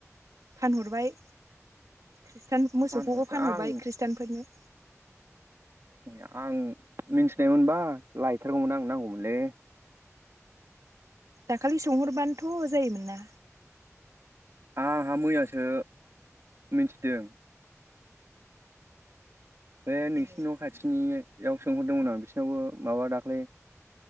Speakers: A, on the right; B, on the right.
A: फानहरबाय ख्रिस्टान मोसौखौबो
B: फानहरसै
A: फानहरबाय
B: आं
A: ख्रिस्टफोरनो
B: ए आं मिन्थिनायमोनबा लायथारगौमोन आं नांगौमोनलै।
A: दाखालि सोंहरबानोथ' जायोमोन ना।
B: आंहा मैयासो मिथिदों। बे नोंसिनि
A: ए
B: न' खाथिनियाव सोंहरदोंमोन आं बिसोरनावबो माबा दाख्लै